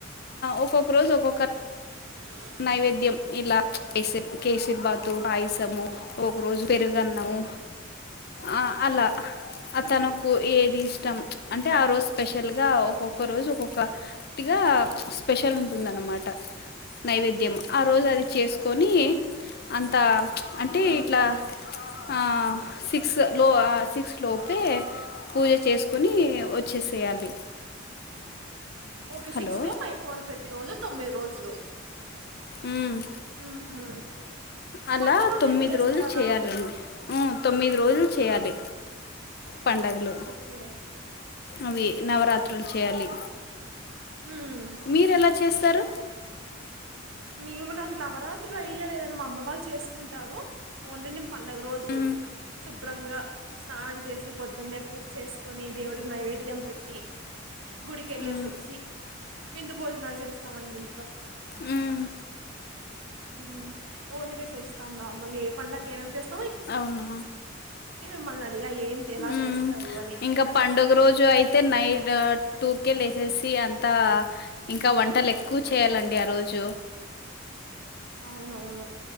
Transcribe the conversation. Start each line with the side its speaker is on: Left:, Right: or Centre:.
Left: ఒక్కొక్క రోజు ఒక్కొక్క
Right: <unintelligible>
Left: నైవేద్యం ఇలా కేసిర్ కేసిర్ బాతు పాయసము ఒక రోజు పెరుగన్నము ఆ అలా అ
Right: హ్మ్
Left: తనకు ఏది ఇష్టం
Right: హ్మ్
Left: అంటే ఆరోజు స్పెషల్ స్పెషల్గా ఒక్కొక్క రోజు ఒక్కొక్కటిగా స్పెషల్ ఉంటుందన్నమాట నైవేద్య మ్మా ఆ రోజు
Right: ఓ
Left: అది చేసుకొని అంత అంటే
Right: హ్మ్
Left: ఇట్లా ఆ సిక్స్ లో సిక్స్ లోపే పూజ చేసుకు కుని వచ్చేసేయాలి
Right: ఓకే
Left: హలో
Right: సిక్స్ లోపు అయిపోవాలి ప్రతి రోజు తొమ్మిది రోజులు
Left: ఉం
Right: ఉం హు
Left: అలా
Right: పండుగ రోజు
Left: తొమ్మిది
Right: ఏం చేస్తారు
Left: రోజులు
Right: అలా
Left: చేయాలండి ఉం తొమ్మిది రోజులు చేయాలి.
Right: ఆ
Left: పండగలు
Right: ఓకే
Left: అవి నవరాత్రులు చేయాలి.
Right: హ్మ్
Left: మీరెలా చేస్ స్తరు
Right: మేము నాకు నవరాత్రు అయ లేదని మా అమ్మ వాళ్ళు చేసుకుంటారు. ఓన్లీ నేన్ పండగ రోజు
Left: మ్మ్,
Right: శుభ్రంగా స్నానం చేసి పొద్దున్నే పూజ్ చేస్కొని దేవుడికి నైవేద్యం పెట్టి గుడికెళ్లేసి
Left: మ్మ్,
Right: వచ్చి విందు భోజనాలు చేస్తామండి ఇంట్లో
Left: మ్మ్.
Right: మ్ ఓలిగా చేస్తాం నార్మల్గా ఏ పండక్కి ఏమేం చేస్
Left: అవునా
Right: మిమ్మల్ని అడిగా ఏం ఎలా
Left: మ్
Right: చేస్తారు అని
Left: ఇంకా పండుగ రోజు అయితే నైట్ టూకే లేసెసి అంతా ఇంకా వంటలెక్కు చేయాలండి ఆ రోజు
Right: అవునవును.